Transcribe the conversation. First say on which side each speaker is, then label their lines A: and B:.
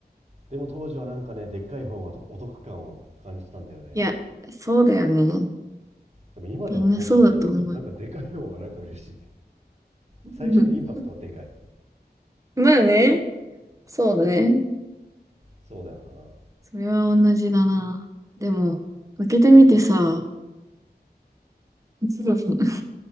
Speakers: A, on the right; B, on the right.
A: でも当時はなんかね、でっかい方がお得感を感じたんだよね。
B: いや、そうだよね。
A: でも今でもそうかもな。
B: みんなそうだと思う。
A: なんかでかい方がなんか嬉しい。
B: <laughs>
A: 最初のインパクトはでかい。
B: まあね。そうだね。
A: そうだよ
B: それは同じだな。でも、開けてみてさ、<laughs>